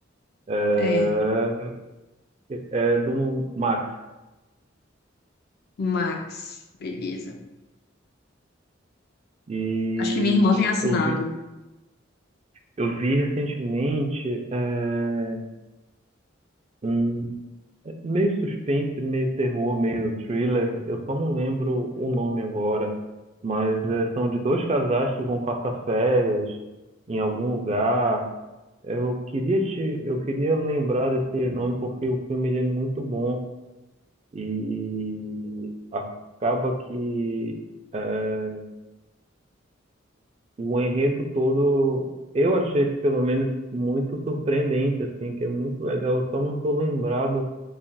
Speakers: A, on the right (about 35°); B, on the left (about 55°).
A: é,
B: É,
A: é do Max.
B: Max, beleza.
A: E
B: Acho que minha irmã tem assinado.
A: eu vi, eu vi recentemente é, um Meio suspense, meio terror, meio thriller. Eu só não lembro o nome agora, mas é, são de dois casais que vão passar férias em algum lugar. Eu queria te, eu queria lembrar desse nome porque o filme ele é muito bom e acaba que é, o enredo todo eu achei pelo menos muito surpreendente, assim, que é muito legal. Eu só não tô lembrado